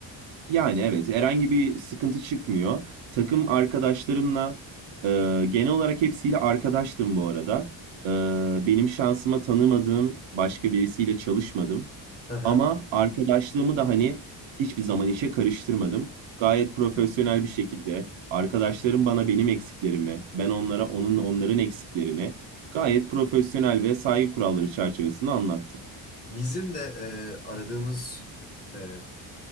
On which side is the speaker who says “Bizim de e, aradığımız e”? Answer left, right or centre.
Left